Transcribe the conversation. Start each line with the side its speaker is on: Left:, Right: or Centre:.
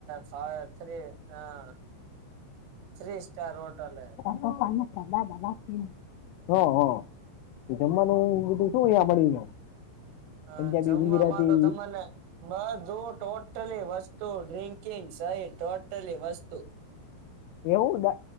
Right: ફા થ્રી અહ થ્રી સ ટાર ચાર હોટલ હે.
Left: <unintelligible> હ હ જમવાનું બધું હુ અહિયાં મળી જાય
Right: હ
Left: પંજાબી
Right: જમવાવામાં
Left: ગુજરાતી
Right: તો તમને બધુ ટોટલી વસ્તુ ડ્રિંકિંગ સહિત ટોટલી વસ્તુ
Left: એવું